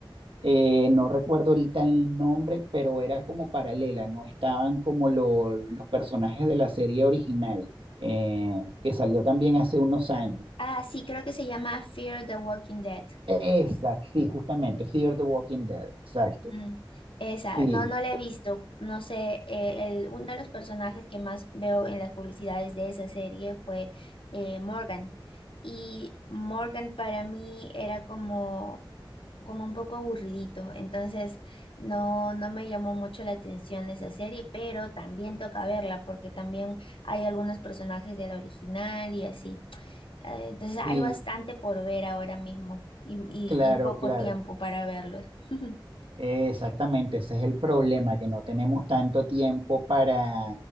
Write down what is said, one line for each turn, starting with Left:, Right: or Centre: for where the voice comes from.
Right: eh, no recuerdo ahorita el nombre, pero era como paralela, no estaban como lo- los personajes de la serie original, eh, que salió también hace unos años.
Left: Ah, sí, creo que se llama Fear the Walking Dead.
Right: Esa, sí, justamente, Fear the Walking Dead, exacto.
Left: Ujú. Esa,
Right: Sí,
Left: no, no la he visto. No sé, eh, el- uno de los personajes que más veo en las publicidades de esa serie fue eh, Morgan. Y Morgan para mí era como, como un poco aburridito. Entonces, no, no me llamó mucho la atención esa serie, pero también toca verla porque también hay algunos personajes de la original y así. Eh, Entonces hay
Right: sí,
Left: bastante por ver ahora mismo y, y-
Right: claro,
Left: y poco
Right: claro.
Left: tiempo para verlos. <laughs>
Right: Exactamente, ese es el problema, que no tenemos tanto tiempo para,